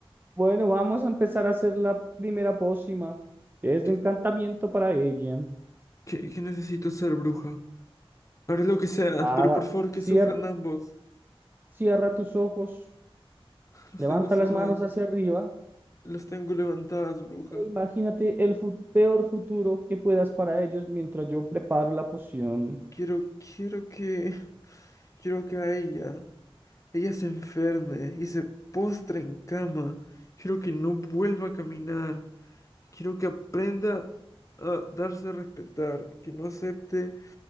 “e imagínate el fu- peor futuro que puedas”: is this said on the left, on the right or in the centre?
Right